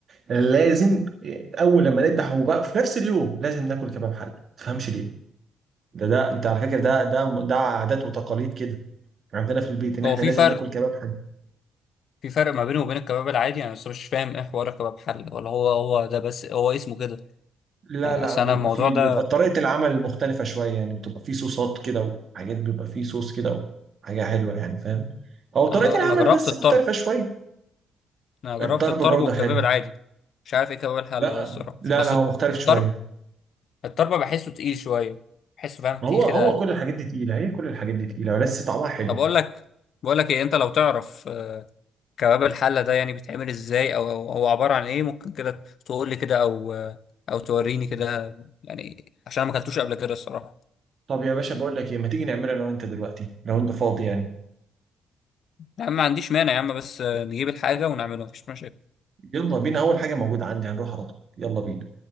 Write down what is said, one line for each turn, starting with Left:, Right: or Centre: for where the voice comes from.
Right: لازم اول لما نذبح وبقى في نفس اليوم لازم ناكل كباب حل ما تفهمش ليه ده ده انت على فكره ده ده ده عادات وتقاليد كده عندنا في البيت ان احنا
Left: هو في
Right: لازم
Left: فرق
Right: ناكل كباب حل
Left: في فرق ما بينه وبين الكباب العادي يعني بس مش فاهم ايه حوار الكباب حل ولا هو هو ده بس هو اسمه كده
Right: لا
Left: يعني
Right: لا
Left: اصل
Right: بيبقى
Left: انا الموضوع
Right: في بيبقى
Left: ده
Right: طريقه العمل مختلفه شويه يعني بتبقى في صوصات كده وحاجات بيبقى في صوص كده وحاجه حلوه يعني فاهم او طريقه
Left: انا
Right: العمل
Left: انا جربت
Right: بس
Left: الطرب
Right: مختلفه شويه
Left: انا جربت
Right: الطرب
Left: الطرب
Right: برضه
Left: والكباب
Right: حلو
Left: العادي مش عارف ايه كباب الحل
Right: لا
Left: ده الصراحه
Right: لا
Left: بس
Right: لا هو مختلف
Left: الطرب
Right: شويه
Left: الطرب بحسه تقيل شويه بحسه فاهم
Right: هو
Left: فيه
Right: هو
Left: كده
Right: كل الحاجات دي تقيله هي كل الحاجات دي تقيله ولسه طعمها حلو
Left: طب اقول لك بقول لك ايه انت لو تعرف آه، كباب الحله ده يعني بيتعمل ازاي او أو هو عباره عن ايه ممكن كده تقول لي كده او آه، او توريني كده يعني عشان أنا ما اكلتوش قبل كده الصراحه
Right: طب يا باشا بقول لك ايه ما تيجي نعملها انا وانت دلوقتي لو انت فاضي يعني
Left: يا عم ما عنديش مانع يا عم بس آه، نجيب الحاجة ونعمله مفيش مشاكل
Right: يلا بينا اول حاجه موجوده عندي هنروح على طول يلا بينا